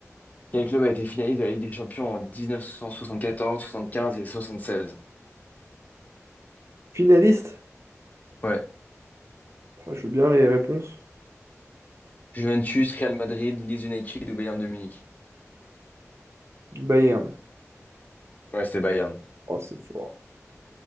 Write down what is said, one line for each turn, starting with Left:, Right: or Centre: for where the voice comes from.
Left: Quel club a été finaliste de la Ligue des Champions en 1974, 75 et 76?
Right: Finaliste?
Left: Ouais.
Right: Oh, je veux bien les réponses.
Left: Juventus, Real Madrid, Leeds United ou Bayern de Munich?
Right: Bayern.
Left: Ouais, c'était Bayern.
Right: Oh, c'est fort.